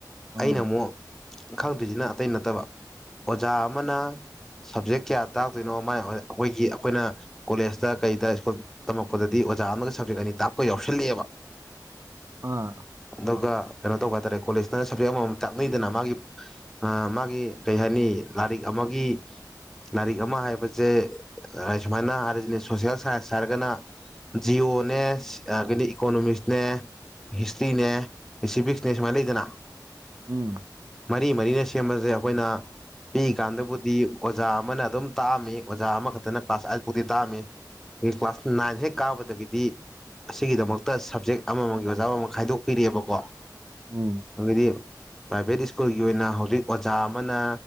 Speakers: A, in the centre; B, on the right.
A: ꯑꯩꯅ
B: ꯑꯥ
A: ꯑꯃꯨꯛ ꯈꯪꯗꯣꯏꯁꯤꯅ ꯑꯇꯩ ꯅꯠꯇꯕ ꯑꯣꯖꯥ ꯑꯃꯅ ꯁꯕꯖꯦꯛ ꯀꯌꯥ ꯇꯥꯛꯇꯣꯏꯅꯣ ꯃ ꯑꯩꯈꯣꯏꯒꯤ ꯑꯩꯈꯣꯏꯅ ꯀꯣꯂꯦꯖꯇ ꯀꯩꯗ ꯁ꯭ꯀꯨꯜ ꯇꯝꯃꯛꯛꯄꯗꯗꯤ ꯑꯣꯖꯥ ꯑꯃꯒ ꯁꯕꯖꯦꯛ ꯑꯅꯤ ꯇꯥꯛꯞꯄ ꯌꯥꯎꯁꯜꯂꯤꯑꯦꯕ
B: ꯑꯥ
A: ꯑꯗꯨꯒ ꯀꯩꯅꯣ ꯇꯧꯕ ꯍꯥꯏꯇꯥꯔꯦ ꯀꯣꯂꯦꯖꯅ ꯁꯞꯖꯦꯛ ꯑꯃꯃꯝ ꯆꯥꯛꯅꯩꯗꯅ ꯃꯥꯒꯤ ꯑ ꯃꯥꯒꯤ ꯀꯩ ꯍꯥꯏꯅꯤ ꯂꯥꯏꯔꯤꯛ ꯑꯃꯒꯤ ꯂꯥꯏꯔꯤꯛ ꯑꯃ ꯍꯥꯏꯕꯁꯦ ꯁꯨꯃꯥꯏꯅ ꯍꯥꯏꯔꯤꯁꯤꯅꯦ ꯁꯣꯁꯦꯜ ꯁꯥꯏꯟꯁ ꯍꯥꯏꯔꯒꯅ ꯖꯤꯌꯑꯣꯅꯦ ꯀꯗꯤ ꯏꯀꯣꯅꯣꯃꯤꯛꯁꯅꯦ ꯍꯤꯁꯇ꯭ꯔꯤꯅꯦ ꯁꯤꯐꯤꯛꯁꯅꯦ ꯁꯨꯃꯥꯏꯅ ꯂꯩꯗꯅ
B: ꯎꯝ
A: ꯃꯔꯤ ꯃꯔꯤꯅ ꯁꯦꯝꯕꯁꯦ ꯑꯩꯈꯣꯏꯅ ꯄꯤꯛꯏ ꯀꯥꯟꯗꯕꯨꯗꯤ ꯑꯣꯖꯥ ꯑꯃꯅ ꯑꯗꯨꯝ ꯇꯥꯛꯑꯝꯃꯤ ꯑꯣꯖꯥ ꯑꯃꯈꯛꯇꯅ ꯀ꯭ꯂꯥꯁ ꯑꯥꯏꯠ ꯐꯥꯎꯗꯤ ꯇꯥꯛꯑꯝꯃꯤ ꯑꯩ ꯀ꯭ꯂꯥꯁ ꯅꯥꯏꯟ ꯍꯦꯛ ꯀꯥꯕꯗꯒꯤꯗꯤ ꯑꯁꯤꯒꯤꯗꯃꯛꯇ ꯁꯞꯖꯦꯛ ꯑꯃꯃ ꯑꯣꯖꯥ ꯑꯃ ꯈꯥꯏꯗꯣꯛꯄꯤꯔꯑꯦꯕꯀꯣ
B: ꯎꯝ
A: ꯍ <inaudible> ꯄ꯭ꯔꯥꯏꯚꯦꯠ ꯁ꯭ꯀꯨꯜꯒꯤ ꯑꯣꯏꯅ ꯍꯧꯖꯤꯛ ꯑꯣꯖꯥ ꯑꯃꯅ